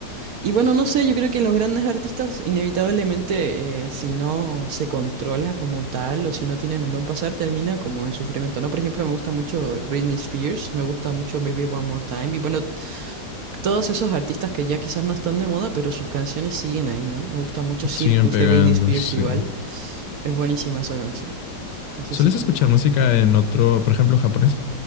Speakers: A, on the right; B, on the left.
A: Y bueno, no sé, yo creo que los grandes artistas inevitablemente, eh, si no se controla como tal o si no tienen un buen pasar, termina como en sufrimiento, ¿no? Por ejemplo, me gusta mucho Britney Spears, me gusta mucho Baby One More Time y bueno, todos esos artistas que ya quizás no están de moda, pero sus canciones siguen ahí, ¿no? Me gusta mucho Circus
B: Siguen pegando,
A: de Britney Spears
B: sí.
A: igual, es buenísima esa canción. No sé
B: ¿Sueles
A: si tú...
B: escuchar música en otro, por ejemplo, japonés?